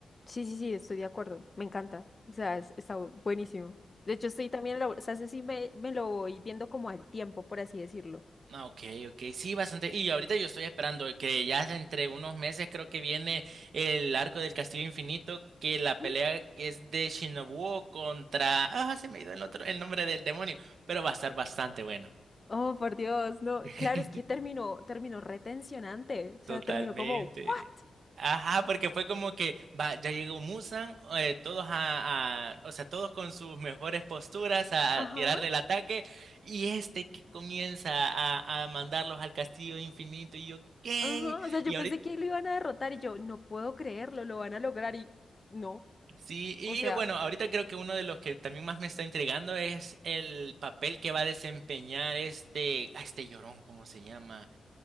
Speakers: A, on the left (about 35°); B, on the right (about 80°).
A: Sí, sí, sí, estoy de acuerdo. Me encanta. O sea, es- está bu- buenísimo. De hecho, estoy también, lo, o sea, ese sí me, me lo voy viendo como al tiempo, por así decirlo.
B: Ah, ok, ok, sí, bastante. Y ahorita yo estoy esperando que ya entre unos meses creo que viene el Arco del Castillo Infinito, que la pelea
A: Mm.
B: que es de Shinobu contra... Ah, se me ha ido el otro, el nombre del demonio, pero va a estar bastante bueno.
A: Oh, por Dios, no.
B: <laughs>
A: Claro, es que terminó, terminó retencionante. O sea,
B: Totalmente.
A: terminó como, ¿what?
B: Ajá, porque fue como que va, ya llegó Musan, eh, todos a, a- o sea, todos con sus mejores posturas a
A: Ajá,
B: tirarle el ataque, y este que comienza a, a mandarlos al castillo infinito, y yo, ¿qué?
A: ajá. O sea, yo
B: Y ahorita,
A: pensé que lo iban a derrotar y yo, no puedo creerlo, lo van a lograr y no.
B: sí, y
A: O sea,
B: bueno, ahorita creo que uno de los que también más me está intrigando es el papel que va a desempeñar este, a este llorón, ¿cómo se llama?